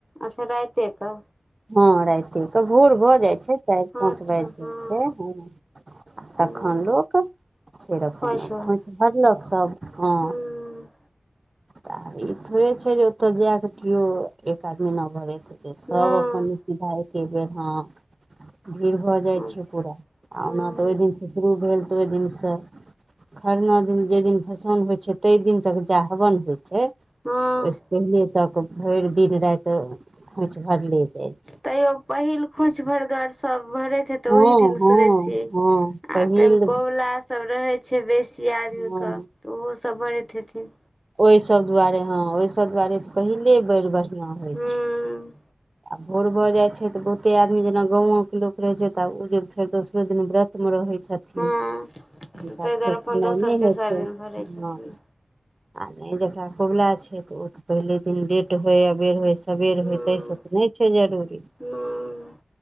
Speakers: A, in the centre; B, on the right.
A: अच्छा रायते क
B: हँ, रााइते क, भोर भऽ जाइ छै, चारि -पाँच
A: अच्छा
B: बाजि जाइ
A: हँ
B: छै, हँ। तखन
A: हूँ
B: लोक फेर अपन
A: खोंइछ भर
B: खोँछ भरलक, सभ हँ।
A: हूँ
B: तऽ ई थोड़े छै जे ओतय जा कऽ केओ एक आध महिना भरैत हतै, सभ
A: हँ
B: अपन भायके बेर ह, भीड़ भए जाइ
A: अच्छा
B: छै पूरा, आ
A: हूँ
B: ओना तऽ ओहि दिनसँ शुरू भेल तऽ ओहि दिनसँ, खरना दिन जेहि दिन भसाउन होइ छै, ताहि दिन तक जा ह हवन होइ छै,
A: हँ
B: ओहिसँ पहिने तक भरि दिन राति खोछ भरले जाइ छै।
A: तैयो पहिल खोइछ भरिदुआरे सब भरे तऽ
B: हँ
A: ओहि दिनसँ
B: हँ
A: बेसी,
B: हँ
A: आ
B: पहिल
A: तहन कोबला सभ रहै छै बेसी आदमीके
B: हँ
A: तऽ, ओहो सब भरैत हेथिन।
B: ओहिसभ दुआरे हँ, ओहिसभ दुआरे तऽ पहिले बेड़ बढ़िआँ होइ
A: हूँ
B: छै। आ भोर भऽ जाइत छै तऽ, बहुते आदमी जेना गामोकके लोक रहैत छै त, आब ओ जे फेर दोसरे दिन व्रतमे रहैत छथिन।
A: हँ ताहि
B: हुनका
A: दुआरे
B: फेर
A: अपन
B: दुबारा
A: दोसर
B: नहि
A: तेसर
B: होेतैइन,
A: दिन भरै छथिन
B: हँ। <inaudible> आ नहि जकरा कुबुला छै तऽ, ओ तऽ पहिले दिन लेट होय अबेर, होय सबेर
A: हूँ
B: होय, ताहिसँ नहि छै जरूरी,
A: हूँ